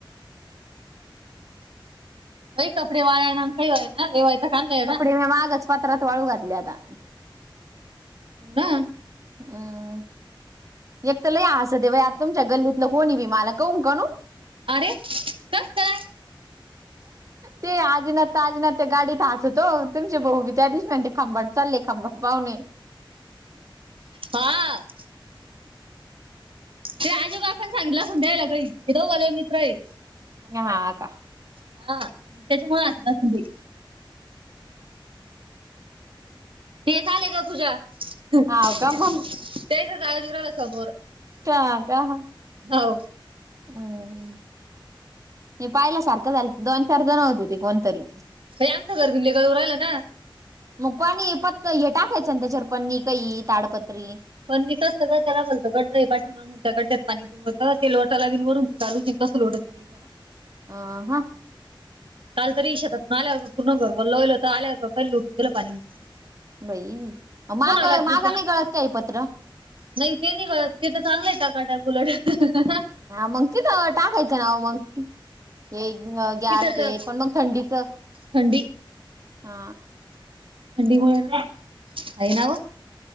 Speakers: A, on the right (about 80°); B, on the right (about 40°).
A: बाई कपडे वाळेना अन खैयवैयना लय. आणलाय ना
B: कपडे मी मागच पात्रात वाळू घातले आता.
A: हो ना
B: अम <unintelligible> एक तर लय हासतय बाय आता तुमच्या गल्लीतलं कोणी बी मला कावुन कावुण
A: अरे कस काय?
B: ते आजीनात आजीनात ते गाडीत हचतो तुमचे भाऊ विचार त्या दिवशी म्हणते खामगावले चालले खामगाव पाहुणये.
A: हा.
B: <inaudible>
A: ते आजु काकाने सांगितलं असलं त्याला काही ते दोघ लय मित्र आहे.
B: हा का.
A: हा त्याच्या मुळ हासत आसल ते. तेच आले ग तूजा तेच
B: हाव का मग
A: राजुदादा समोर
B: काका हा
A: हो
B: हम हे पाहिला सारखं झाल दोन चार जण होते ते कोणतरी
A: आचं भिल्लेगडवर रा आला ना
B: मग पणी फत्त हे टाकायचं ना त्याच्यावर पन्नी काई ताडपत्री
A: पण निका सगळ त्याला गलतं ग पाठीमा ण त्याकडत पाणी तुम तेल वटाला लागलं वरून चालू कसं लोटंत होतं सगळी कड
B: अ हा
A: काल तरी शेतातूनआल्यावर पूर्ण गरगर होईलत हो तर आल्यावरहि ल उठून गेलं होत पाणी
B: बई माग
A: पुन्हा रात्रीच
B: मागनई गळत काय पत्र
A: नाही ते नाही कळत ते तर चांगलंय टकाटक उलट
B: हा मग तिच टाकायचं नाव मग हे घेऊ गॅसते
A: इथं तर
B: पण मग थंडीच
A: थंडी
B: हा
A: ंडी हई नाव